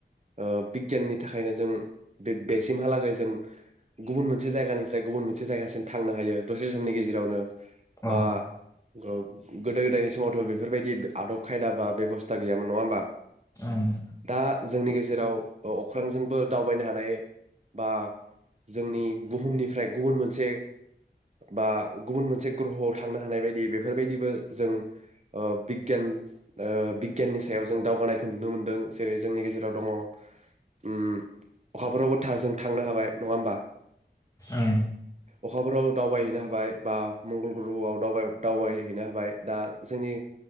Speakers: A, on the right; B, on the left.
A: ओ बिगियाननि थाखायनो जों बे बेसिमहालागै जों गुबुन मोनसे जायगानिफ्राय गुबुन मोनसे जायगासिम थांनो हायो दसे समनि गेजेरावनो।
B: औ
A: बा ग गोदो गोदायनि समावथ' बेफोरबायदि आदब खायदा बा बेबस्था गैामोन नङा होमबा
B: उम
A: दा जोंनि गेजेराव अख्रांजोंबो दावबायनो हानाय बा जोंनि बुहुमनिफ्राय गुबुन मोनसे बा गुबुन मोनसे ग्रहआव थांनो हानाय बायदि बेफोरबायदिबो जों ओ बिगियान ओ बिगियाननि सायाव जों दावगानायखौ नुनो मोनदों जेरै जोंनि गेजेराव दङ उम अखाफोरावबो था जों थांनो हाबाय नङा होमबा
B: ओं
A: अखाफोराव दावबायहैनो हाबाय बा मंगल ग्रह'आव दावबाय दावबायहैनो हाबाय दा जोंनि